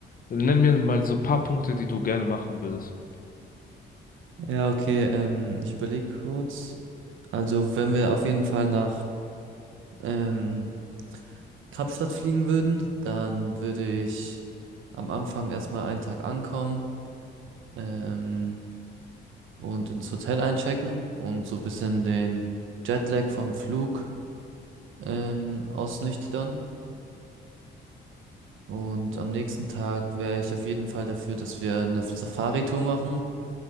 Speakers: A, on the left; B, on the right.
A: nenn mir mal so paar Punkte, die du gerne machen würdest.
B: Ja, okay, ähm, ich überlege kurz. Also, wenn wir auf jeden Fall nach ähm, Kapstadt fliegen würden, dann würde ich am Anfang erstmal einen Tag ankommen ähm, und ins Hotel einchecken und so ein bisschen den Jetlag vom Flug ähm, ausnüchtern. Und am nächsten Tag wäre ich auf jeden Fall dafür, dass wir eine Safari-Tour machen.